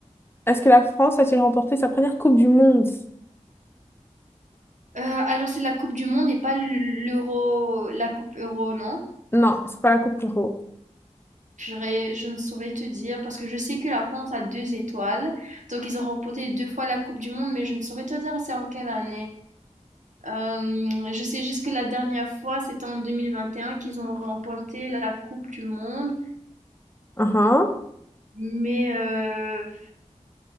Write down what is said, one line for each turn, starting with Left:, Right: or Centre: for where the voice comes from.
Left: est-ce que la France a-t-il remporté sa première Coupe du Monde?
Right: Euh, alors, c'est la Coupe du Monde et pas l'Euro, la Coupe Euro, non?
Left: Non, c'est pas la Coupe Euro.
Right: Purée, je ne saurais te dire parce que je sais que la France a deux étoiles. Donc, ils ont remporté deux fois la Coupe du Monde, mais je ne saurais te dire c'est en quelle année. Euh, je sais juste que la dernière fois, c'était en 2021 qu'ils ont remporté la Coupe du Monde.
Left: Uhum.
Right: Mais heu,